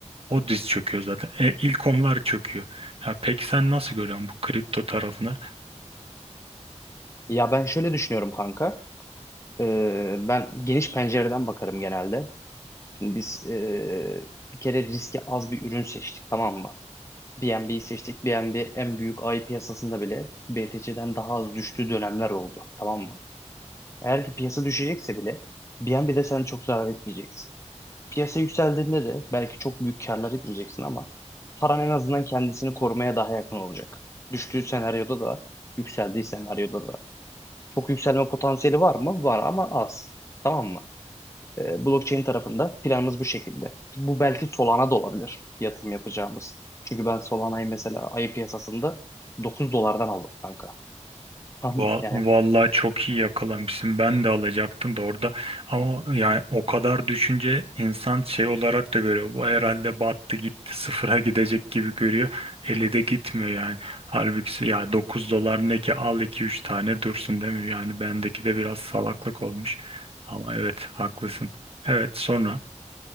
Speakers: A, on the right (about 50°); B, on the left (about 25°).
A: o diz çöküyor zaten. E, ilk onlar çöküyor. Ya peki sen nasıl görüyorsun bu kripto tarafını?
B: Ya ben şöyle düşünüyorum kanka. E, ben geniş pencereden bakarım genelde. Şimdi biz e, bir kere riski az bir ürün seçtik tamam mı? BNB'yi seçtik. BNB en büyük ay piyasasında bile BTC'den daha az düştüğü dönemler oldu. Tamam mı? Eğer ki piyasa düşecekse bile BNB'de sen çok zarar etmeyeceksin. Piyasa yükseldiğinde de belki çok büyük karlar etmeyeceksin ama paran en azından kendisini korumaya daha yakın olacak. Düştüğü senaryoda da, yükseldiği senaryoda da. Çok yükselme potansiyeli var mı? Var ama az. Tamam mı? Ee, blockchain tarafında planımız bu şekilde. Bu belki Solana da olabilir yatırım yapacağımız. Çünkü ben Solana'yı mesela ayı piyasasında 9 dolardan aldım kanka. Tamam
A: Va-
B: mı? Yani
A: Vallahi çok iyi yakalamışsın. Ben de alacaktım da orada. Ama yani o kadar düşünce insan şey olarak da görüyor. Bu herhalde battı gitti sıfıra gidecek gibi görüyor. Eli de gitmiyor yani. Halbuki ya 9 dolar ne ki al iki üç tane dursun değil mi? Yani bendeki de biraz salaklık olmuş. Ama evet haklısın. Evet sonra.